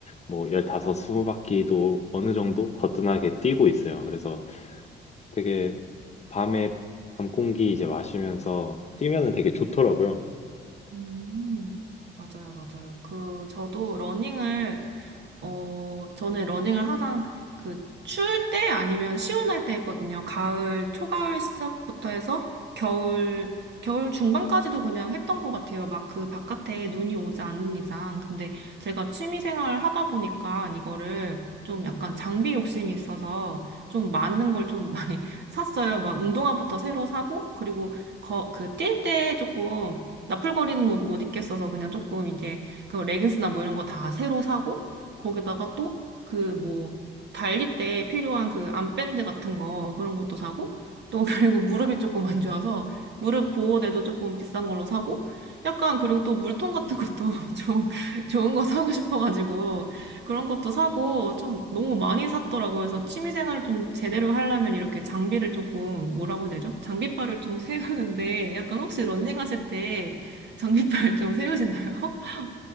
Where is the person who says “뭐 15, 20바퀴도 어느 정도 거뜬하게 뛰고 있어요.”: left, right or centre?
Left